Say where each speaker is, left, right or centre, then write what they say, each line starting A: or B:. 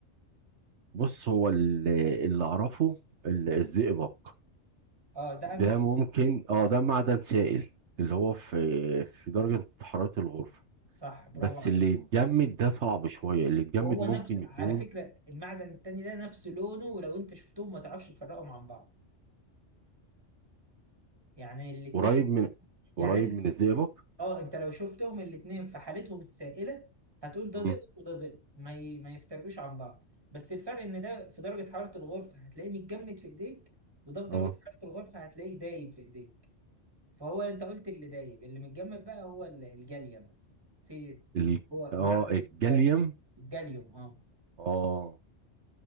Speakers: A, on the right (about 70°); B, on the right (about 20°).
A: بص هو اللي, اللي اعرفه ال- الزئبق
B: اه ده
A: ده
B: انه
A: ممكن اه ده معدن سائل اللي هو في في درجة حرارة الغرفة
B: صح برافو
A: بس
B: عليك
A: اللي يتجمد ده صعب شوية اللي يتجمد
B: وهو
A: ممكن
B: نفس
A: يكون
B: على فكرة المعدن التاني ده نفس لونه ولو انت شفتهم ما تعرفش تفرقهم عن بعض يعني الاتنين
A: قريب من قريب
B: يعني انت
A: من الزئبق
B: اه انت لو شفتهم الاتنين في حالتهم السائلة هتقول ده
A: مم.
B: زئبق وده زئبق ما ي... ما يفترقوش عن بعض بس الفرق ان ده في درجة حرارة الغرفة هتلاقيه متجمد في ايديك وده في
A: اه
B: درجة حرارة الغرفة هتلاقيه دايب في ايديك فهو انت قلت اللي دايب اللي متجمد بقى هو ال- الجاليوم في
A: ال...
B: هو
A: اه
B: معدن
A: الجاليوم
B: اسمه الجاليوم الجاليوم اه
A: اه